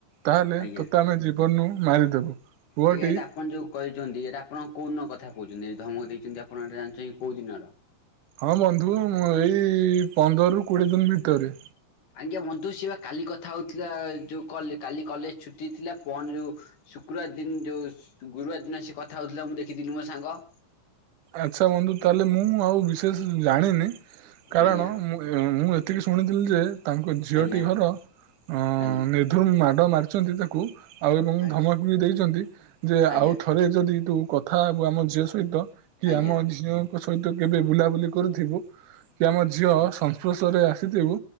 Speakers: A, on the right; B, on the left.
A: ତାହେଲେ
B: ଆଜ୍ଞା
A: ତୋତେ ଆମେ ଜୀବନରୁୁ ମାରିଦେବୁ। ପୁଅଟି
B: ଆଜ୍ଞା, ଏଟା ଆପଣ ଯୋଉ କହିଛନ୍ତି। ଏଇଟା ଆପଣ କୋଉ ଦିନ କଥା କହୁଛନ୍ତି। ଧମକ ଦେଇଛନ୍ତି ଆପଣ ଏଟା ଜାଣିଛନ୍ତି କୋଉ ଦିନର?
A: ହଁ ବନ୍ଧୁ, ମୁଁ ଏଇ ପନ୍ଦରରୁୁ କୋଡିଏ ଦିନ୍ ଭିତରେ।
B: ଆଜ୍ଞା ବନ୍ଧୁ, ସେ ବା କାଲି କଥା ହଉଥିଲା। ଯୋଉ କଲରେ କାଲି କଲେଜ ଛୁଟି ଥିଲା <unintelligible> ଯୋଉ ଶୁକ୍ର <unintelligible> ଦିନ୍ ଯୋଉ ଗୁରୁବାର ଦିନ ସେ କଥା ହଉଥିଲା। ମୁଁ ଦେଖିଥିଲି ମୋ ସାଙ୍ଗ
A: ଆଚ୍ଛା। <unintelligible> ତାହେଲେ ମୁଁ ଆଉ ବିଶେଷ ଜାଣିନି। କାରଣ
B: ଆଜ୍ଞା
A: ମୁଁ, ମୁଁ ଏତିକି ଶୁଣିଥିଲି ଯେ ତାଙ୍କ ଝିଅଟି
B: ଆଜ୍ଞା
A: ଘର <unintelligible>
B: ଆଜ୍ଞା
A: ନିଧୁମ୍ ମାଡ଼ ମାରିଛନ୍ତି ତାକୁ। ଆଉ ଏବଂ
B: ଆଜ୍ଞା
A: ଧମକ ବି ଦେଇଛନ୍ତି, ଯେ ଆଉ
B: ଆଜ୍ଞା
A: ଥରେ ଯଦି ତୁ କଥା ହବୁ ଆମ ଝିଅ ସହିତ କି
B: ଆଜ୍ଞା
A: ଆମ ଝିଅଙ୍କ ସହିତ ଦିନେ ବୁଲାବୁଲି କରୁଥିବୁ କି ଆମ ଝିଅ ସଂସ୍ପର୍ଶରେ ଆସିଥିବୁ